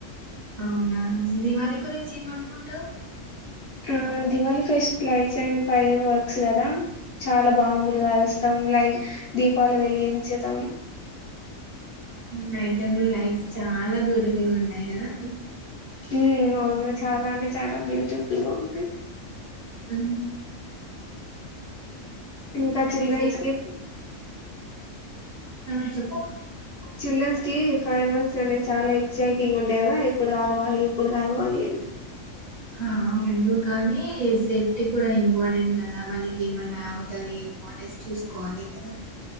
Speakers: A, on the right; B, on the left.
A: అవునా దివాళి గురించి ఏమన్ కొంటవు
B: హు Diwali fest lights and fireworks కదా చాలా బమ్ములు కలుస్తాం లైవ్ దీపాలు వెలిగించుతాం
A: నైట్ టైమ్ లో లైట్స్ చాలా బ్యూటిఫుల్ గా ఉంటాయి కదా
B: ఉ అవును చాలా అంటే చాలా బ్యూటిఫుల్ గా ఉంటాయి
A: ఉ
B: ఇంకా
A: కానీ
B: చిల్డ్రన్స్కీ
A: సే
B: గిప్
A: ఆ! చెప్పు.
B: చిల్డ్రన్స్ కి ఫైర్ వర్క్స్ అంటే చాలా ఇ ఎక్సైటింగ్ ఉంటే ఎప్పుడు కల్ వాళ్ళు ఎప్పుడు కలవాలి అని
A: అవును కానీ సేఫ్టీ కూడా ఇంపార్టెంట్ కదా వాళ్ కి ఏమన్నా అవుతాది ఏమో అని ఫేస్ చూసుకోవాలి కదా